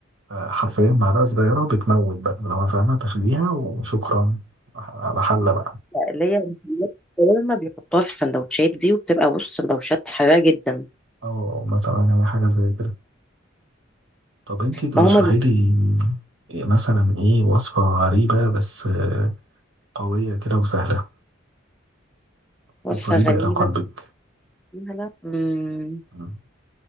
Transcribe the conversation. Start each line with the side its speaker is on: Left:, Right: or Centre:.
Right: آه، حرفيا معلقة صغيرة بتموت بقى لو أنا فاهمها تاخديها وشكرا على حلة بقى
Centre: اللي هي الشاورما بيحطوها في السندوتشات دي وبتبقى بص سندوتشات حراقة جدا
Right: أو مثلا هي حاجة زي كده طب انتي ترشحي
Centre: ما هما بي-
Right: لي مثلا ايه وصفة غريبة بس آه، قوية كده وسهلة
Centre: وصفة
Right: وقريبة
Centre: غريبة
Right: إلى قلبك
Centre: فيها لا مم.
Right: مم.